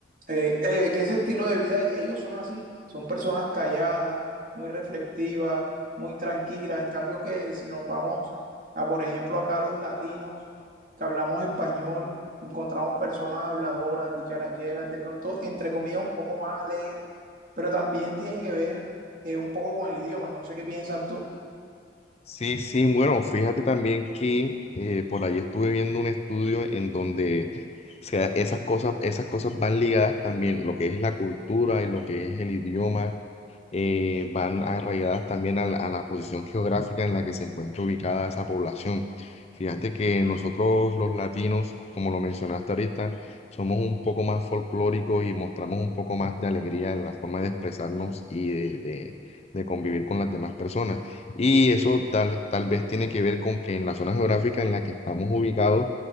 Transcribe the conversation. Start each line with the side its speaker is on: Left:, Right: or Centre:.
Right: eh, eh, que ese estilo de vida, ellos son así, son personas calladas, muy reflexivas, muy tranquilas. En cambio que si nos vamos a, por ejemplo, acá los latinos, que hablamos español, encontramos personas habladoras, dicharacheras, de pronto, entre comillas, un poco más alegres, pero también tiene que ver eh, un poco con el idioma. No sé qué piensas tú.
Left: Sí, sí, bueno, fíjate también que eh, por ahí estuve viendo un estudio en donde o sea, esas cosas, esas cosas van ligadas también, lo que es la cultura y lo que es el idioma eh, van arraigadas también a la, a la posición geográfica en la que se encuentra ubicada esa población. Fíjate que nosotros los latinos, como lo mencionaste ahorita, somos un poco más folclóricos y mostramos un poco más de alegría en la forma de expresarnos y de, de- de convivir con las demás personas. Y eso tal, tal vez tiene que ver con que en la zona geográfica en la que estamos ubicados,